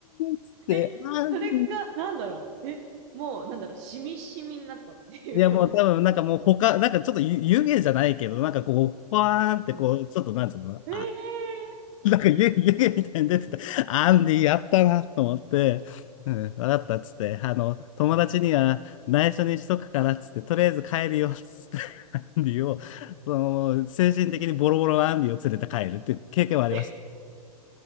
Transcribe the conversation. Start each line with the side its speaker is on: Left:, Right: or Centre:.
Left: つって、
Right: え、
Left: あー
Right: それが、なんだろう。え、もう、なんだろう、しみしみになったっていうことですか。
Left: いやもう多分なんかもう他、なんかちょっと湯湯気じゃないけど、なんかこう、ファーンってこう、
Right: は
Left: ちょっとなんつうの、
Right: い。
Left: あ、
Right: え
Left: <laughs> なんか湯湯気みたいに出てた。アンディやったなと思って、うん、わかったっつって、あの、友達には内緒にしとくからっつって、とりあえず帰るよっつって、<laughs> アンディを、その、精神的にボロボロのアンディを連れて帰るっていう経験はありました。
Right: ー、